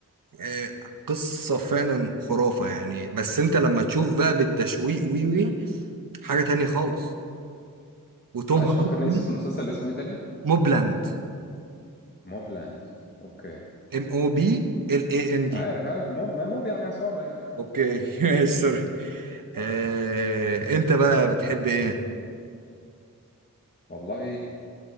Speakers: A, on the right (about 70°); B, on the left (about 30°).
A: آه، قصه فعلا خرافه يعني بس انت لما تشوف بقى بالتشويق وي وي حاجه تانية خالص وتوم
B: معلش
A: هاردي
B: فكرني اسم المسلسل اسمه ايه تاني
A: موبلاند
B: موبلاند اوكي
A: ام او بي ال اي ان دي
B: عارف عارف موب ما موب يعني عصابة يعني اه
A: اوكي <laughs> ماشي سوري آه، انت بقى بتحب ايه
B: والله